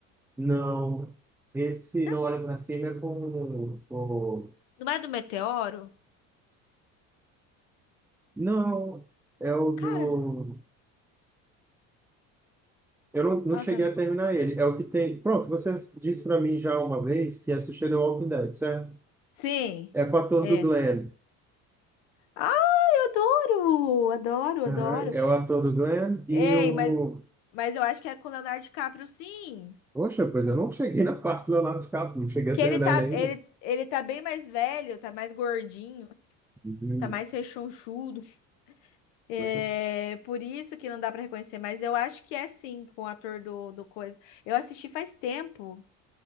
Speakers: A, in the centre; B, on the left.
A: Não, esse
B: Não,
A: não olhe pra cima é com o.
B: não é do Meteoro?
A: Não, é o do.
B: Cara,
A: Eu não, não
B: nossa.
A: cheguei a terminar ele. É o que tem. Pronto, você disse pra mim já uma vez que assistiu The Walking Dead, certo?
B: Sim,
A: É com o ator
B: é.
A: do Glenn.
B: Ah, eu adoro, adoro,
A: Aham,
B: adoro.
A: É o ator do Glenn e
B: Ei,
A: o.
B: mas, mas eu acho que é com o Leonardo DiCaprio, sim.
A: Poxa, pois eu não cheguei na parte do Leonardo DiCaprio, não cheguei
B: Que
A: a terminar
B: ele tá,
A: ele
B: ele,
A: ainda.
B: ele tá bem mais velho, tá mais gordinho,
A: Uhum.
B: tá mais rechonchudo. É
A: Poxa,
B: por isso que não dá pra reconhecer, mas eu acho que é sim com o ator do, do coisa. Eu assisti faz tempo.